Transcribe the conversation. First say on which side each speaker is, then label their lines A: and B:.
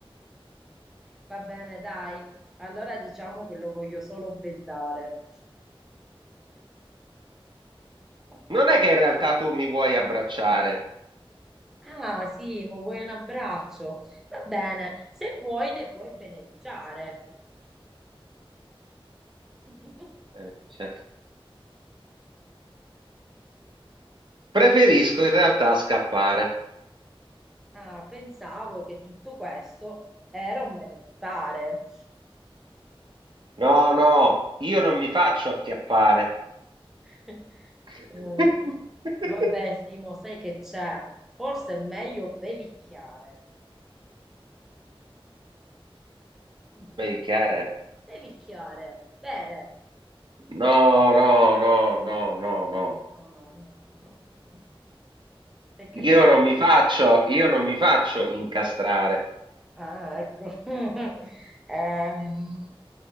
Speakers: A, in the centre; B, on the right.
A: Va bene, dai, allora diciamo che lo voglio solo bendare. <laughs>
B: Non è che in realtà tu mi vuoi abbracciare.
A: Ah, Simo, vuoi un abbraccio? Va bene, se vuoi ne puoi beneficiare. <laughs>
B: Bene, cioè, Preferisco in realtà scappare.
A: Ah, pensavo che tutto questo era un benestare.
B: No, no, io non mi faccio acchiappare.
A: <laughs>
B: <laughs>
A: Mm, Vabbè, Simo, sai che c'è? Forse è meglio bevicchiare. Mm,
B: Beh, chiaro.
A: Bevicchiare, bere.
B: No, no, no, no, no, no.
A: No, no, no, no. <laughs> E che
B: Io
A: cosa
B: non mi faccio, io non mi faccio incastrare.
A: Ah, ecco. <laughs> Ehm,